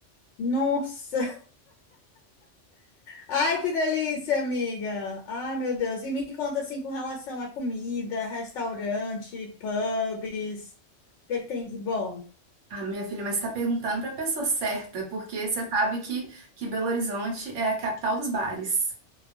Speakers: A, on the left (about 80°); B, on the right (about 80°).
A: Nossa! Ai, que delícia, amiga. Ai, meu Deus. E me conta assim com relação à comida, restaurante, pubs. O que que tem de bom?
B: Ah, minha filha, mas você tá perguntando pra pessoa certa, porque você sabe que, que Belo Horizonte é a capital dos bares.